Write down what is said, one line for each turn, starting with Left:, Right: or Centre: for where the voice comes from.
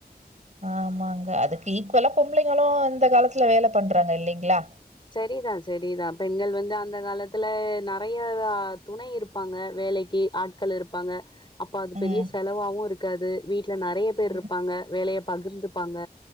Right: ஆமாங்க அதுக்கு ஈக்வலா பொம்பளைங்களு இந்த காலத்துல வேல பண்றாங்க இல்லைங்களா
Left: செரிதா செரிதா பெண்கள் வந்து அந்த காலத்துல நறைய துணை இருப்பாங்க வேலைக்கு ஆட்கள் இருப்பாங்க அப்ப அது
Right: ம்
Left: பெரிய செலவாவு இருக்காது வீட்ல நறைய பேர்
Right: ம்
Left: இருப்பாங்க வேலை ய பகிர்ந்துப்பாங்க